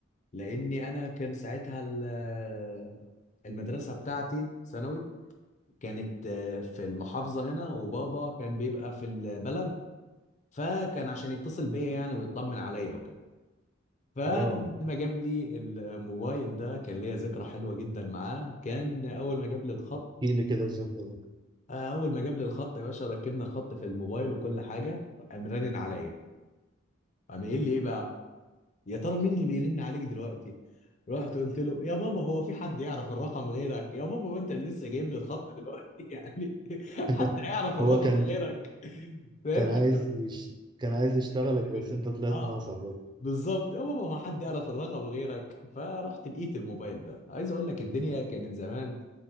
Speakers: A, on the left; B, on the right.
A: لاني انا كان ساعتها ال- المدرسه بتاعتي ثانوي كانت آه، في المحافظه هنا وبابا كان بيبقى في البلد فكان عشان يتصل بيا يعني ويطمن عليا وكده فلما
B: اه
A: جاب لي الموبايل ده كان ليا ذكرى حلوه جدا معاه كان اول ما جاب لي الخط
B: احكي لي كده الذكرى دي
A: اول ما جاب لي الخط يا باشا ركبنا الخط في الموبايل وكل حاجه قام رنن عليا قام قايل لي ايه بقى يا ترى مين اللي بيرن عليك دلوقتي رحت قلت له يا بابا هو في حد يعرف الرقم غيرك يا بابا ما انت اللي لسه جايب لي الخط دلوقتي <laughs> يعني حد
B: <laughs>
A: يعرف الرقم
B: هو كان
A: غيرك فاهم
B: كان
A: <laughs>
B: عايز
A: يعني؟
B: يش... كان عايز يشتغلك
A: اختبرني
B: بس انت طلعت
A: اه
B: ناصح برضه
A: بالظبط يا بابا هو حد يعرف الرقم غيرك فرحت لقيت الموبايل ده عايز اقول لك الدنيا كانت زمان